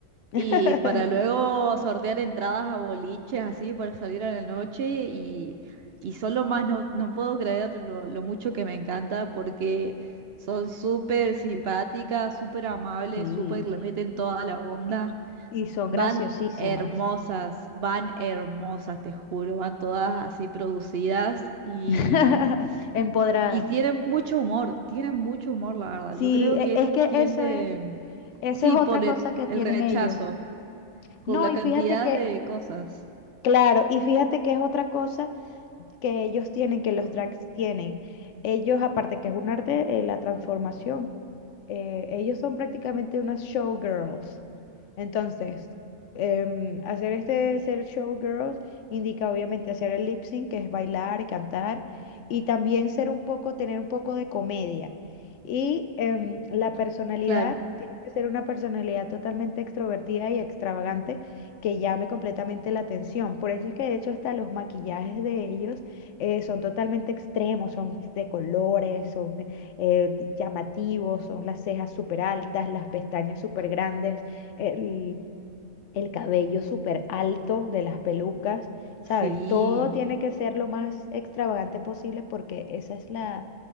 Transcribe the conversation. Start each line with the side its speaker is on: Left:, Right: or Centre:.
Left: <laughs>
Right: Y para luego sortear entradas a boliches así para salir a la noche y, y solo más no, no puedo creer lo, lo mucho que me encanta porque son súper simpáticas, súper amables,
Left: Sí,
Right: súper le meten toda la onda.
Left: y y son graciosísimas.
Right: Van hermosas, van hermosas, te juro, van todas así producidas y,
Left: <laughs> Empoderadas.
Right: y tienen mucho humor, tienen mucho humor, la verdad.
Left: Sí,
Right: Yo creo
Left: e-
Right: que
Left: es
Right: eso
Left: que
Right: tiende,
Left: eso es,
Right: mm,
Left: eso
Right: sí,
Left: es otra
Right: por
Left: cosa
Right: el
Left: que
Right: el
Left: tienen
Right: rechazo
Left: ellos.
Right: por
Left: No,
Right: la
Left: y
Right: cantidad
Left: fíjate que,
Right: de cosas.
Left: claro, y fíjate que es otra cosa que ellos tienen, que los drags tienen. Ellos, aparte que es un arte, eh, la transformación, eh, ellos son prácticamente unas showgirls. Entonces, em, hacer este ser showgirls indica obviamente hacer el lip sync, que es bailar y cantar, y también ser un poco, tener un poco de comedia. Y em, la personalidad
Right: Claro,
Left: tiene que ser una personalidad totalmente extrovertida y extravagante que llame completamente la atención. Por eso es que de hecho hasta los maquillajes de ellos eh, son totalmente extremos, son de colores, son eh, llamativos, son las cejas súper altas, las pestañas súper grandes, el, el cabello súper alto de las pelucas, ¿sabes?
Right: sí,
Left: Todo tiene que ser lo más extravagante posible porque esa es la,